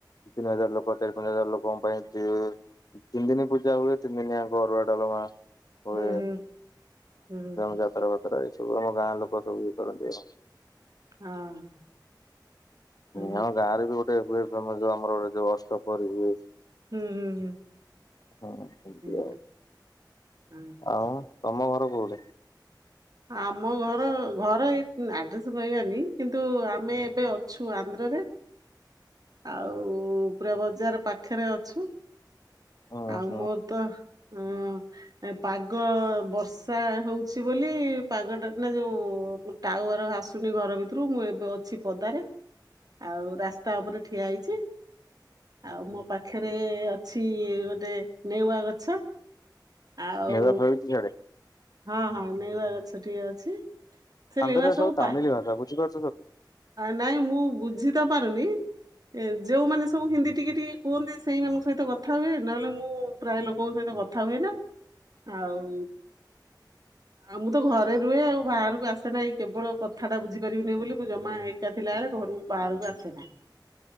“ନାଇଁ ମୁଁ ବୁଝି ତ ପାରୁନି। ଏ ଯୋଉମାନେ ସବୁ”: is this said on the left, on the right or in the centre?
Right